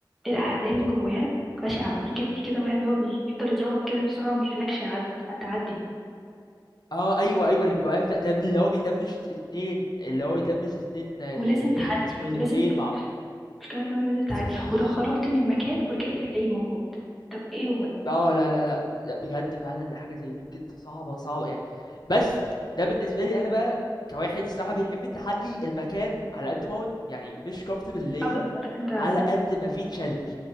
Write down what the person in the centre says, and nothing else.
والأعداء اللي جواها بشعة في كده في كده واحد اللي هو بيفضل يضربك كده بسرعة وما يخليكش يعد- تعدي
ولازم تعدي
ولازم
ت-
المشكلة كمان لازم تعدي
ولو خرجت من المكان ورجعت هتلاقيه موجود طب ايه هو ده؟
ابدا ولا انت